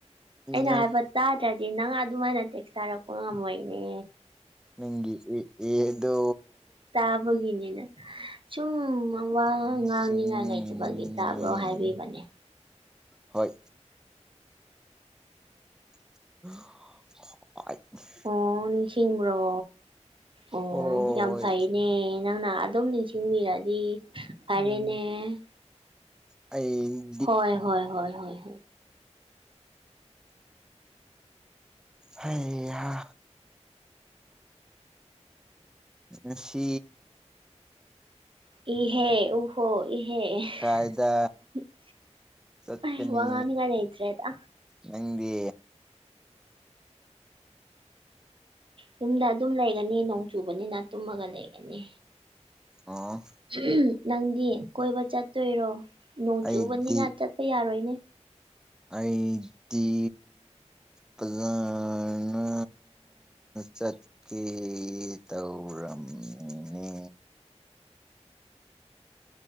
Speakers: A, on the right; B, in the centre.
A: ꯑꯩꯅ
B: ꯅꯪꯒꯤ
A: ꯍꯥꯏꯕ ꯇꯥꯗ꯭ꯔꯗꯤ ꯅꯪ ꯑꯗꯨꯃꯥꯏꯅ ꯇꯦꯛꯁ ꯊꯥꯔꯛꯄ ꯉꯝꯃꯣꯏꯅꯦ꯫
B: ꯅꯪꯒꯤ ꯑꯦ ꯑꯦ ꯗꯣ
A: ꯇꯥꯕꯒꯤꯅꯤꯅ‌꯫ ꯁꯨꯝ ꯋꯥ
B: ꯅꯤꯡꯁꯤꯡꯉꯤꯅꯦ
A: ꯉꯥꯡꯅꯤꯡꯉꯥꯏ ꯂꯩꯇꯕꯒꯤ ꯇꯥꯕ꯭ꯔꯣ ꯍꯥꯏꯕꯤꯕꯅꯦ꯫
B: ꯍꯣꯏ꯫ <unintelligible> <unintelligible>
A: ꯑꯣ ꯅꯤꯡꯁꯤꯡꯕ꯭ꯔꯣ ꯑꯣ
B: ꯍꯣꯏ
A: ꯌꯥꯝ ꯐꯩꯅꯦ꯫ ꯅꯪꯅꯥ ꯑꯗꯨꯝ ꯅꯤꯡꯁꯤꯡꯕꯤꯔꯗꯤ ꯐꯔꯦꯅꯦ
B: ꯎꯝ ꯑꯩ
A: ꯍꯣꯏ ꯍꯣꯏ ꯍꯣꯏ ꯍꯣꯏ꯫
B: ꯍꯩꯍꯥ꯫ ꯉꯥꯁꯤ
A: <unintelligible>
B: ꯀꯥꯏꯗ ꯆꯠꯀꯅꯤ
A: ꯑꯩ ꯋꯥ ꯉꯥꯡꯅꯤꯉꯥꯏ ꯂꯩꯇ꯭ꯔꯦꯗ꯫
B: ꯅꯪꯗꯤ꯫
A: ꯌꯨꯝꯗ ꯑꯗꯨꯝ ꯂꯩꯒꯅꯤ ꯅꯣꯡ ꯆꯨꯕꯅꯤꯅ ꯇꯨꯝꯃꯒ ꯂꯩꯒꯅꯤ꯫
B: ꯑꫭ꯫
A: <unintelligible> ꯅꯪꯗꯤ ꯀꯣꯏꯕ ꯆꯠꯇꯣꯏꯔꯣ ꯅꯣꯡ
B: ꯑꯩꯗꯤ
A: ꯆꯨꯕꯅꯤꯅ ꯆꯠꯄ ꯌꯥꯔꯣꯏꯅꯦ꯫
B: ꯑꯩꯗꯤ ꯐꯖꯅ ꯆꯠꯀꯦ ꯇꯧꯔꯝꯃꯤꯅꯦ꯫